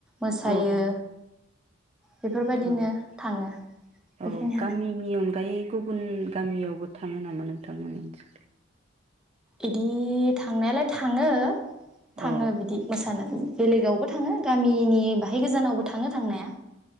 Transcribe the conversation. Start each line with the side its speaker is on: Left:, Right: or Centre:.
Centre: मोसायो
Right: औ औ
Centre: बेफोरबायदिनो
Right: औ
Centre: थाङो
Right: औ
Centre: बेखिनियानो
Right: गामिनि अनगायै गुबुन गामियावबो थाङो नामा नोंथांमोननि ओनसो
Centre: इदि थांनायालाय थाङो थाङो
Right: औ
Centre: बिदि मोसानो। बेलेगावबो थाङो गामिनि बाहाय गोजानावबो थाङो थांनाया।